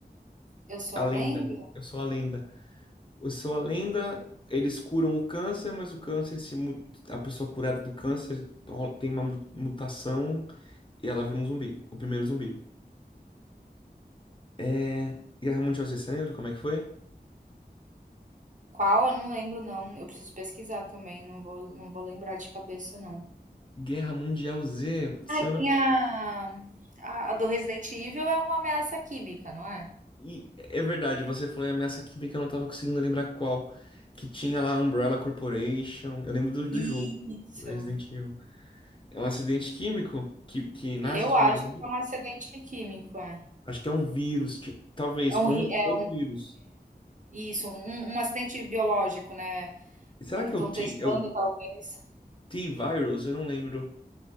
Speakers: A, on the right; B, on the left.
A: eu só
B: A Lenda.
A: lembro.
B: Eu sou a Lenda. Eu sou a Lenda. Eles curam o câncer, mas o câncer, se, mu- a pessoa curada do câncer ro- tem uma mu- mutação E ela vira um zumbi, o primeiro zumbi. É... Guerra Mundial Z, você lembra como é que foi?
A: Qual? Eu não lembro, não. Eu preciso pesquisar também, não vou, não vou lembrar de cabeça, não.
B: Guerra Mundial Z, se eu
A: Tem
B: não.
A: a, a, a do Resident Evil é uma ameaça química, não é?
B: E é verdade, você falou em ameaça química, eu não tava conseguindo lembrar qual. Que tinha lá a Umbrella Corporation. Eu lembro do, do
A: Isso.
B: jogo, do Resident Evil. É um acidente químico que, que nasce
A: Eu
B: os
A: acho
B: primeiros
A: que
B: zumbis?
A: é um acidente químico, é.
B: Acho que é um vírus, ti- talvez,
A: É
B: com
A: um, ri- é
B: ou um vírus.
A: isso, um, um acidente biológico, né?
B: E será
A: Hum,
B: que
A: estão
B: é o T,
A: testando
B: é o
A: talvez.
B: T-Virus? Eu não lembro.